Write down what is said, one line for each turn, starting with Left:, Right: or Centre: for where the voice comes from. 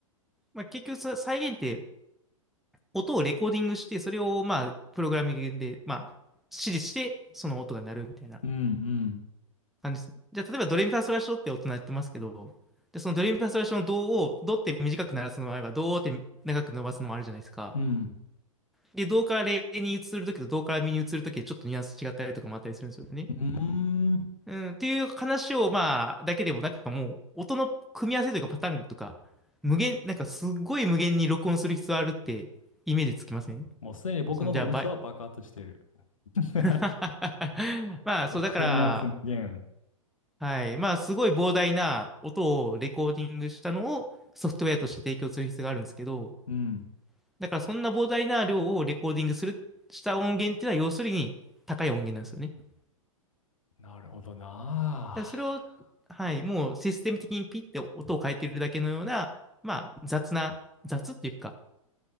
Centre: まあ、結局さ、再現って音をレコーディングして、それをまあ、プログラミングで、まあ、指示して、その音が鳴るみたいな
Left: うん
Centre: 感じですね。じゃあ、例えばドレミファソラシドって音鳴ってますけど、で、そのドレミファソラシドのドを、ドって短く鳴らすのもあれば、ドーって長く伸ばすのもあるじゃないですか。
Left: うん。うん。
Centre: で、ドからレに移るときとドからミに移るときでちょっとニュアンス違ったりとかもあったりするんですよね。
Left: うーん。
Centre: うん、っていう話を、まあ、だけでも、なんかもう、音の組み合わせというかパターンとか、無限、なんかすっごい無限に録音する必要あるってイメージつきません
Left: もうすでに僕の脳みそは爆発してる。
Centre: その、じゃあ、バイ、
Left: <laughs>
Centre: <laughs> まあ、そう、
Left: もう組み合わせ無限。
Centre: だから、はい。まあ、すごい膨大な音をレコーディングしたのをソフトウェアとして提供する必要があるんですけど、
Left: うん。
Centre: だからそんな膨大な量をレコーディングする、した音源っていうのは要するに高い音源なんですよね。だか
Left: なるほどなあ。
Centre: らそれを、はい、もうシステム的にピッて音を変えてるだけのような、まあ、雑な、雑っていうか、